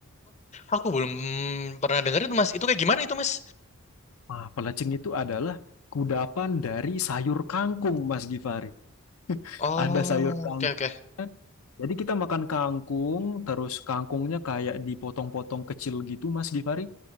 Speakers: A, on the left; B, on the left.
A: Aku belum pernah dengerin tuh, Mas. Itu kayak gimana itu Mas?
B: Ah, pelecing itu adalah kudapan dari sayur kangkung, Mas Gifari.
A: Oh,
B: Ada sayur kangkung.
A: oke oke.
B: Jadi kita makan kangkung, terus kangkungnya kayak dipotong-potong kecil gitu, Mas Gifari.